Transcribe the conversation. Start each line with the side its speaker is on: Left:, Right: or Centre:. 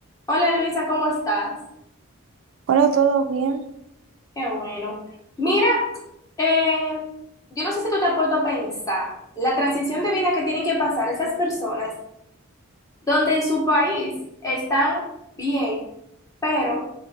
Left: Hola Luisa, ¿cómo estás?
Right: Hola, ¿todo bien?
Left: Qué bueno. Mira, eh, yo no sé si tú te has puesto a pensar la transición de vida que tienen que pasar esas personas donde en su país están bien, pero